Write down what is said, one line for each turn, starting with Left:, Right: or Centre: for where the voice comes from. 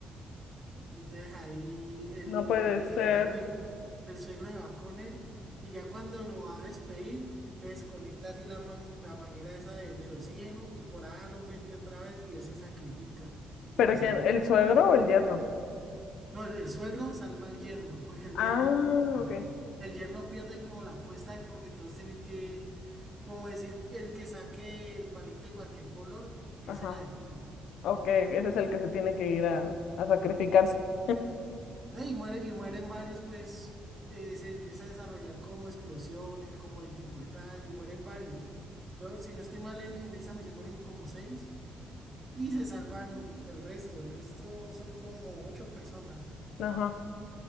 Right: Entonces ahí el,
Left: No puede
Right: el,
Left: ser.
Right: el suegro, el suegro se va con él y ya cuando lo va a despedir, le desconecta así la, man- la manguera esa de- del oxígeno y por ahí lo mete otra vez y él se sacrifica y
Left: ¿Pero
Right: no salva.
Left: quién? ¿El suegro o el yerno?
Right: No, el, el suegro salva al yerno, porque el
Left: Ah,
Right: yerno, ajá,
Left: ok.
Right: el yerno pierde como la apuesta de- porque todos tienen que, como decir, el que saque el palito de cualquier color, ese
Left: Ajá.
Right: la detiene.
Left: Ok, ese es el que se tiene que ir a, a sacrificarse. <laughs>
Right: ¿no? Y muere, y mueren varios, pues eh, se empieza a desarrollar como explosiones, como dificultad, y mueren varios. Creo, si no estoy mal, en, en esa misión mueren como seis y se salvan el resto. El resto son como ocho personas,
Left: Ajá.